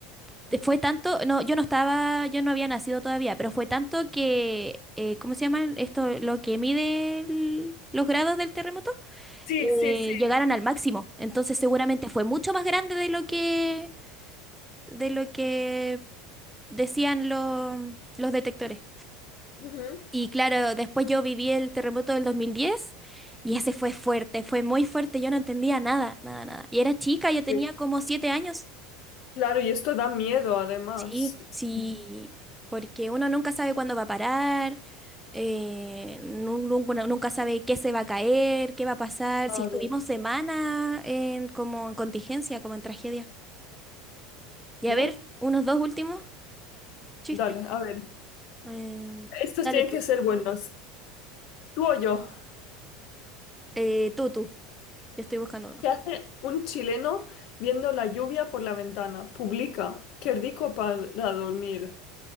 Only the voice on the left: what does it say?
Sí,
sí, sí.
Ujú.
Sí.
Claro, y esto da miedo además.
Sí,
claro.
Bu.
Dale, a ver.
Estos
tienen
que ser buenos. ¿Tú o yo?
¿Qué hace un chileno viendo la lluvia por la ventana? Publica. Qué rico para dormir.